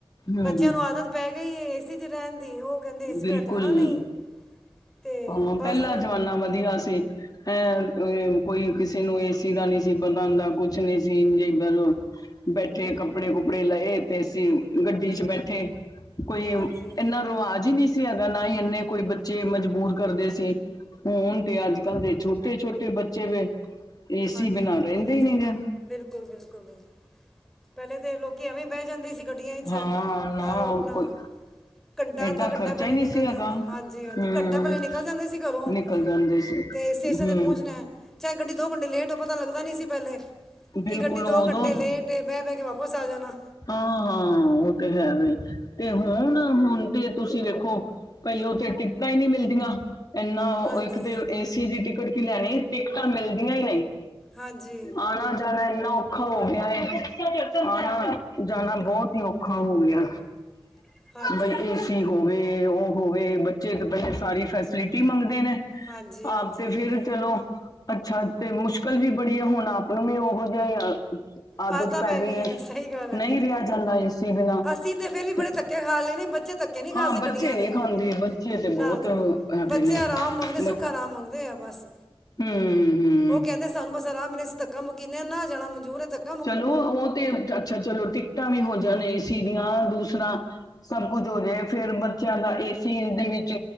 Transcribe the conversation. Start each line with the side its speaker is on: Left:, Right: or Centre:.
Left: ਹਮ
Centre: ਬੱਚਿਆਂ ਨੂੰ ਆਦਤ ਪੈ ਗਈ ਏ ਏਸੀ ਚ ਰਹਿਣ ਦੀ ਉਹ ਕਹਿੰਦੇ ਏਸੀ
Left: ਬਿਲਕੁਲ
Centre: ਵੇਰ ਜਾਣਾ ਨਹੀਂ ਤੇ
Left: ਹਾਂ <unintelligible>
Centre: ਬਸ
Left: ਪਹਿਲਾ ਜ਼ਮਾਨਾ ਵਧੀਆ ਸੀ ਐ ਕੋਈ ਕਿਸੇ ਨੂੰ ਏਸੀ ਦਾ ਨਹੀਂ ਸੀ ਪਤਾ ਹੁੰਦਾ ਕੁਛ ਨਹੀਂ ਸੀ <unintelligible> ਬੈਠੇ ਕੱਪੜੇ ਕੁਪੜੇ ਲਏ ਤੇ ਅਸੀ ਗੱਡੀ ਚ ਬੈਠੇ ਕੋਈ
Centre: ਹਾਂਜੀ
Left: ਇੰਨਾ ਰਵਾਜ਼ ਹੀ ਨਹੀਂ ਸੀ ਹੈਗਾ ਨਾ ਹੀ ਇੰਨੇ ਕੋਈ ਬੱਚੇ ਮਜਬੂਰ ਕਰਦੇ ਸੀ ਹੁਣ ਤੇ ਅੱਜ ਕੱਲ੍ਹ ਦੇ ਛੋਟੇ ਛੋਟੇ ਬੱਚੇ ਵੇ ਏਸੀ
Centre: ਹਾਂਜੀ
Left: ਬਿਨਾਂ ਰਹਿੰਦੇ ਹੀ ਨੀ ਗੇ
Centre: ਬਿਲਕੁਲ ਬਿਲਕੁਲ ਬਿਲ ਪਹਿਲੇ ਤੇ ਲੋਕੀ ਐਵੇਂ ਬਹਿ ਜਾਂਦੇ ਸੀ ਗੱਡੀਆਂ ਇ ਚ
Left: ਹਾਂ
Centre: ਅ
Left: ਨਾ
Centre: ਅਪਣਾ
Left: ਕੋਈ
Centre: ਘੰਟਾ
Left: ਐਡਾ
Centre: ਅੱਧਾ ਘੰਟਾ
Left: ਖਰਚਾ
Centre: ਪਹਲੇ
Left: ਹੀ ਨਹੀਂ
Centre: ਨਿਕਲ
Left: ਸੀ ਹੈਗਾ
Centre: ਜਾਂਦ ਹਾਂਜੀ ਹਾਂਜੀ
Left: ਹੂੰ
Centre: ਘੰਟਾ ਪਹਲੇ ਨਿਕਲ ਜਾਂਦੇ ਸੀ ਘਰੋਂ
Left: ਨਿਕਲ ਜਾਂਦੇ ਸੀ
Centre: ਤੇ ਸਟੇਸ਼ਨ
Left: ਹੂੰ
Centre: ਤੇ ਪਹੁੰਚਣਾ ਐ ਚਾਹੇ ਗੱਡੀ ਦੋ ਘੰਟੇ ਲੇਟ ਹੋ ਪਤਾ ਲੱਗਦਾ ਨੀ ਸੀ ਪਹਿਲੇ
Left: ਬਿਲਕੁਲ
Centre: ਕਿ ਗੱਡੀ
Left: ਉਦੋਂ
Centre: ਦੋ ਘੰਟੇ ਲੇਟ ਏ ਬਹਿ ਬਹਿ ਕੇ ਵਾਪਸ ਆ ਜਾਨਾ
Left: ਹਾਂ ਹਾਂ ਉਹ ਤੇ ਹੈ ਵੇ ਤੇ ਹੁਣ ਹੁਣ ਤੇ ਤੁਸੀਂ ਵੇਖੋ ਪਹਿਲੋਂ ਤੇ ਟਿਕਟਾਂ ਹੀ ਨਹੀਂ ਮਿਲਦੀਆਂ ਇੰਨਾ
Centre: ਹਾਂਜੀ
Left: ਇੱਕ ਦੇ ਏਸੀ ਦੀ ਟਿਕਟ ਕੀ ਲੈਣੀ ਟਿਕਟਾਂ ਮਿਲਦੀਆਂ ਹੀ ਨਹੀਂ
Centre: ਹਾਂਜੀ
Left: ਆਣਾ ਜਾਣਾ ਇੰਨਾ ਔਖਾ ਹੋ ਗਿਆ ਏ ਆਣਾ ਜਾਣਾ ਬਹੁਤ ਹੀ ਔਖਾ ਹੋ ਗਿਆ
Centre: <inaudible> ਹਾਂਜੀ
Left: ਬਈ ਏਸੀ ਹੋਵੇ ਉਹ ਹੋਵੇ ਬੱਚੇ ਤੋਂ <unintelligible> ਪਹਿਲੇ ਸਾਰੀ ਫੈਸਿਲਿ ਟੀ ਮੰਗਦੇ ਨੇ
Centre: ਹਾਂਜੀ ਹਾਂਜੀ
Left: ਆਪ ਤੇ ਫੇਰ ਚਲੋ ਅੱਛਾ ਤੇ ਮੁਸ਼ਕਿਲ ਵੀ ਬੜੀ ਆ ਹੁਣ ਆਪ ਉਹਨੂੰ ਵੀ ਉਹੋ ਜਿਹਾ ਈ ਅ ਆਦਤ
Centre: ਆਦਤਾਂ
Left: ਪੈ ਗਈ
Centre: ਗਈਆਂ
Left: ਏ
Centre: ਸਹੀ ਗੱਲ ਹੈ
Left: ਨਹੀਂ ਰਿਹਾ ਜਾਂਦਾ ਇਸਦੀ ਬਿਨਾਂ
Centre: ਅਸੀਂ ਫਿਰ ਵੀ ਬੜੇ
Left: ਤੇ
Centre: ਧੱਕੇ ਖਾ ਲਏ ਨੇ ਬੱਚੇ ਧੱਕੇ ਨਹੀਂ ਖਾ
Left: ਹਾਂ
Centre: ਸਕਦੇ
Left: ਬੱਚੇ
Centre: ਗੱਡੀਆਂ
Left: ਨਹੀਂ
Centre: ਦੇ
Left: ਖਾਂਦੇ ਬੱਚੇ ਤੇ
Centre: ਨਾ
Left: ਬਹੁਤ
Centre: ਜੀ ਨਾ
Left: ਹੈਗੇ
Centre: ਬੱਚੇ
Left: ਨੇ
Centre: ਆਰਾਮ ਮੰਗਦੇ ਸੁੱਖ
Left: ਮ
Centre: ਆਰਾਮ ਮੰਗਦੇ ਆ ਬਸ
Left: ਹਮ ਹਮ
Centre: ਉਹ ਕਹਿੰਦੇ ਸਾਨੂੰ ਬਸ ਆਰਾਮ ਮਿਲਿਆ ਸੀ ਧੱਕ ਮੁ ਮੀਨੇ ਨਾ ਜਾਣਾ ਮਨਜੂਰ ਤੱਕ
Left: ਚਲੋ ਉਹ ਤੇ ਅੱਛਾ ਚਲੋ ਟਿਕਟਾਂ ਵੀ ਹੋ ਜਾਣ ਏਸੀ ਦੀਆਂ ਦੂਸਰਾ ਸਭ ਕੁੱਝ ਹੋ ਜਾਏ ਫੇਰ ਬੱਚਿਆਂ ਦਾ ਏਸੀ ਦੇ ਵਿੱਚ